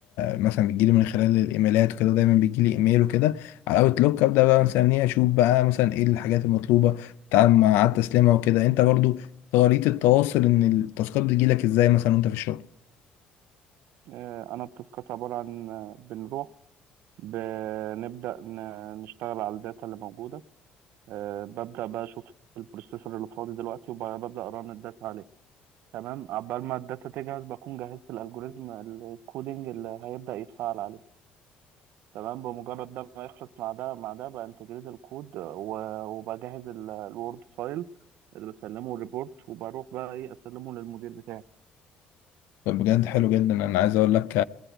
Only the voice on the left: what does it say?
مثلا بتجيلي من خلال الايميلات وكده دايما بيجيلي ايميل وكده على اوت لوك ابدا بقى مثلا ايه اشوف بقى مثلا ايه الحاجات المطلوبه بتتعامل مع التسليمها وكده انت برضو طريقه التواصل ان التاسكات بتجيلك ازاي مثلا وانت في الشغل
طب بجد حلو جدا انا عايز اقول لك